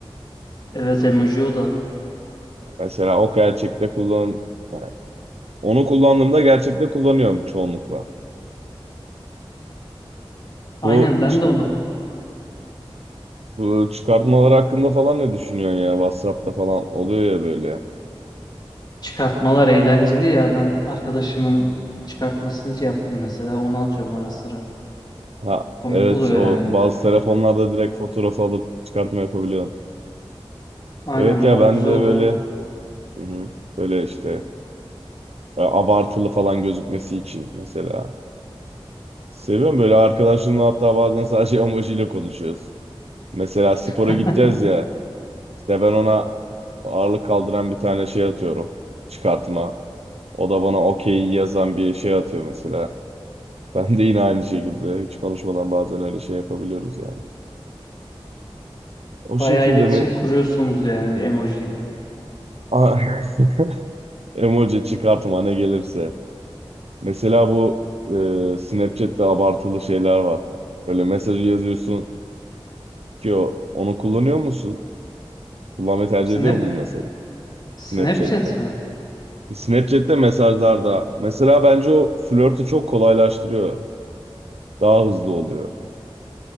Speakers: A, on the left; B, on the right.
A: Evet emoji o da.
B: Mesela o gerçekte kullan, yani onu kullandığımda gerçekte kullanıyorum çoğunlukla.
A: Aynen
B: Bu,
A: ben
B: ç-
A: de onu.
B: bu çıkartmalar hakkında falan ne düşünüyorsun ya? WhatsApp'ta falan oluyor ya böyle.
A: Çıkartmalar eğlenceli ya. Ben arkadaşımın çıkartmasını şey yaptım mesela. Onu atıyorum ara sıra.
B: Ha
A: Komik
B: evet
A: oluyor
B: o
A: yani.
B: bazı telefonlarda direkt fotoğraf alıp çıkartma yapabiliyorsun.
A: Aynen
B: Evet
A: o
B: ya ben
A: güzel
B: de böyle
A: oluyor ya.
B: hı hı, böyle işte e, abartılı falan gözükmesi için mesela. Seviyorum böyle arkadaşımla hatta bazen sadece <laughs> emojiyle konuşuyoruz. Mesela spora
A: <laughs>
B: gideceğiz ya işte ben ona ağırlık kaldıran bir tane şey atıyorum çıkartma. O da bana okey yazan bir şey atıyor mesela. Ben de yine aynı şekilde hiç konuşmadan bazen öyle şey yapabiliyoruz yani. O
A: Bayağı
B: şekilde
A: iletişim
B: mi
A: kuruyorsunuz yani emojiyle.
B: <laughs> emoji çıkartma ne gelirse. Mesela bu e, Snapchat'te abartılı şeyler var. Böyle mesajı yazıyorsun ki o, onu kullanıyor musun? Kullanmayı tercih
A: Snap,
B: ediyor musun mesela
A: Snapchat
B: Snapchat'te?
A: mi?
B: Snapchat'te mesajlarda mesela bence o flörtü çok kolaylaştırıyor. Daha hızlı oluyor.